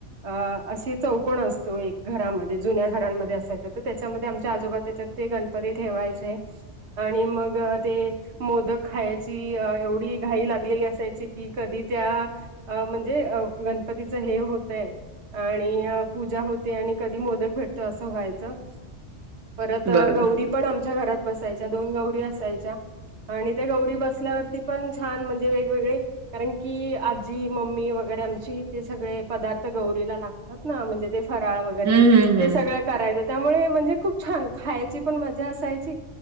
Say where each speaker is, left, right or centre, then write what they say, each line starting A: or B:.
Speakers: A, on the right; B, on the right.
A: अ अशी चौक. कोण असतो एक घरामध्ये जुन्या घरांमध्ये असायचं तर त्याच्यामध्ये आमच्या आजोबा त्याच्यात ते गणपती ठेवायचे. आणि मग ते मोदक खायची एवढी घाई लागलेली असते. त्याचे की कधी त्या अ म्हणजे अ गणपतीचं हे होतयं आणि पूजा होते आणि कधी मोदक भेटतो असं व्हायचं परत
B: बरोबर.
A: गौरी पण आमच्या घरात बसायच्या दोन गौरी असायच्या. आणि त्या गौरी बसल्यावरती पण छान म्हणजे वेगवेगळे कारण की आजी मम्मी वगैरे आमची ते सगळे पदार्थ गौरीला लागतात ना म्हणजे ते फराळ वगैरे
B: हं, हं, हं.
A: ते सगळं करायचं त्यामुळे म्हणजे खूप छान खायची पण मजा असायची.